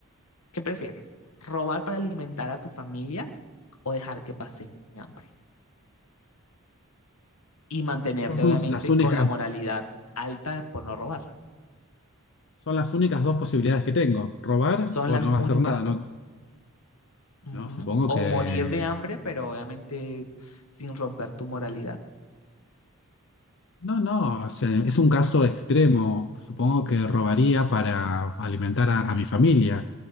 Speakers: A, on the left; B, on the left.
A: ¿qué prefieres? ¿Robar para alimentar a tu familia o dejar que pasen hambre? y mantenerte
B: Estas son
A: obviamente
B: las únicas,
A: con la moralidad alta por no robar.
B: son las únicas dos posibilidades que tengo, robar
A: Son
B: o
A: las
B: no hacer
A: únicas
B: nada, ¿no?
A: dos. Ujú.
B: No, supongo
A: O
B: que
A: morir de hambre, pero obviamente es sin romper tu moralidad.
B: No, no, o sea, es un caso extremo. Supongo que robaría para alimentar a, a mi familia.